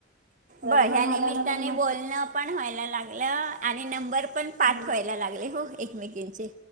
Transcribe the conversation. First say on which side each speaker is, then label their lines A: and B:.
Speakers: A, on the right (about 85°); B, on the right (about 45°).
A: लग्न
B: बरं ह्या निमित्ताने
A: झाल्यानंतर म
B: बोलणं पण व्हाय लाग आणि नंबर पण
A: मग
B: पाठवायला लागले हो एकमेकचे